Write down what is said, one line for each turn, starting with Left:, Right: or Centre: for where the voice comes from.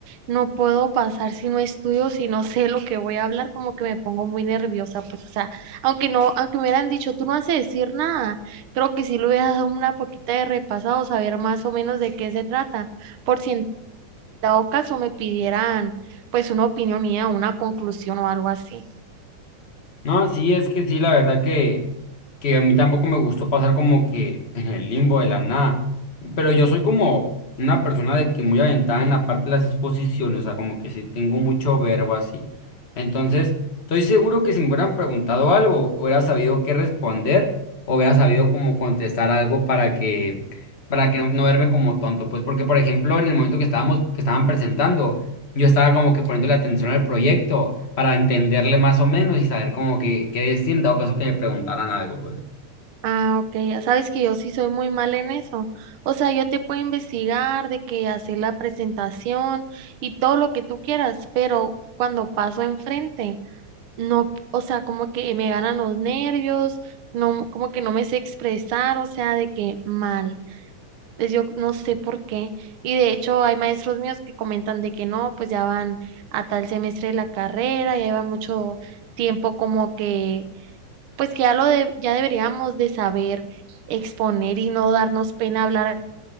Right: no puedo pasar si no estudio, si no <laughs> sé lo que voy a hablar, como que me pongo muy nerviosa, pues, o sea, aunque no, aunque me hubieran dicho, tú no has de decir nada, creo que sí le hubiera dado una poquita de repasado, saber más o menos de qué se trata, por si en dado caso me pidieran, pues, una opinión mía, una conclusión o algo así.
Left: No, sí, es que sí, la verdad que, que a mí tampoco me gustó pasar como que <laughs> en el limbo de la nada. Pero yo soy como una persona de que muy aventada en la parte de las exposiciones, o sea, como que sí tengo mucho verbo así. Entonces, estoy seguro que si me hubieran preguntado algo, hubiera sabido qué responder o hubiera sabido cómo contestar algo para que, para que no verme como tonto. Pues porque, por ejemplo, en el momento que estábamos, que estaban presentando yo estaba como que poniendo la atención al proyecto para entenderle más o menos y saber como que qué decir en dado caso que me preguntaran algo, pues.
Right: Ah, ok, ya sabes que yo sí soy muy mal en eso. O sea, yo te puedo investigar de que hacer la presentación y todo lo que tú quieras, pero cuando paso enfrente, no, o sea, como que me ganan los nervios, no, como que no me sé expresar, o sea, de que mal. Pues yo no sé por qué. Y de hecho hay maestros míos que comentan de que no, pues ya van a tal semestre de la carrera, ya llevan mucho tiempo como que pues que ya lo de- ya deberíamos de saber exponer y no darnos pena hablar